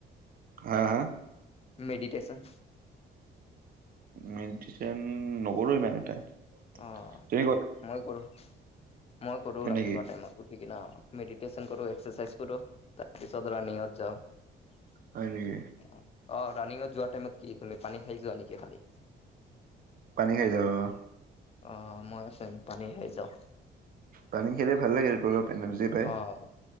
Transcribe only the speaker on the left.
মেডিটেচন?
অ'
মই কৰোঁ, মই কৰোঁ
ৰাতিপুৱা
টাইমত, উঠ কিনে অ', অ'। মেডিটেচন কৰোঁ, এক্সাৰচাইজ কৰোঁ তাৰপিছত ৰানিঙত যাওঁ।
অ' ৰাণিংত যোৱা টাইমত কি তুমি পানী খাই যোৱা নেকি খালি?
অ' ময়ো চেম পানী খাই যাওঁ।
অ',